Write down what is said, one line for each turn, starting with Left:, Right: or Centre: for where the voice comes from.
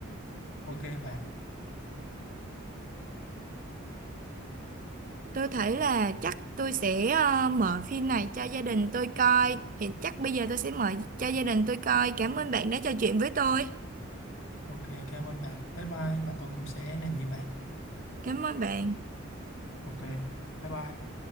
Left: ok bạn
Right: tôi thấy là chắc tôi sẽ à, mở phim này cho gia đình tôi coi hiện chắc bây giờ tôi sẽ mở cho gia đình tôi coi cảm ơn bạn đã trò chuyện với tôi
Left: ok cảm ơn bạn bye bye và tôi cũng sẽ làm như bạn
Right: cảm ơn bạn
Left: ok bye bye